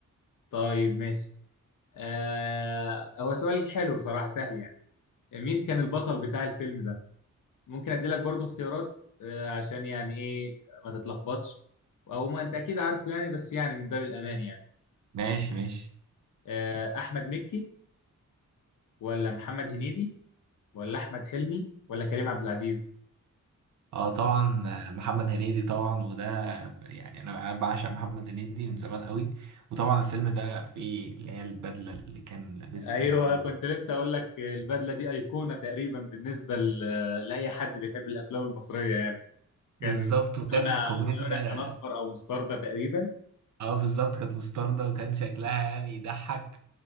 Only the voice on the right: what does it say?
ماشي ماشي
اه طبعا آه، محمد هنيدي طبعا وده يعني انا انا بعشق محمد هنيدي من زمان قوي وطبعا الفيلم ده فيه اللي هي البدلة اللي كان لابسها
وهو
بالظبط
وكانت
كوميديا
اه بالظبط كانت مستردة وكان شكلها يعني يضحك